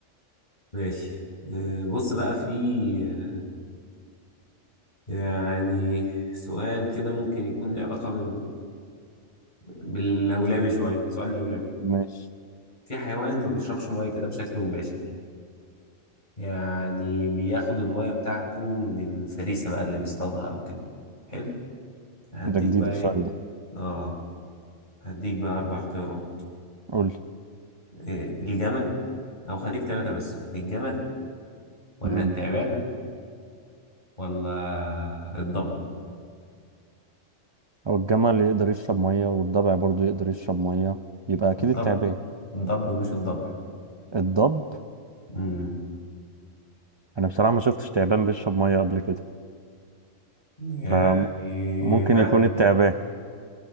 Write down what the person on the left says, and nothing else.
ماشي آه، بص بقى في آه، يعني سؤال كده ممكن يكون له علاقة بال... باللولبي شوية سؤال لولبي
في حيوان ما بيشربش مية كده بشكل مباشر يعني بياخد المية بتاعته من الفريسة بقى اللي بيصطادها أو كده حلو هديك
بقى
إيه
آه هديك بقى أربع اختيارات
إيه الجمل أو خليك تلاتة بس الجمل ولا
التعبان ولا الضب
الضب
الضب مش الضبع
مم.
يعني
ها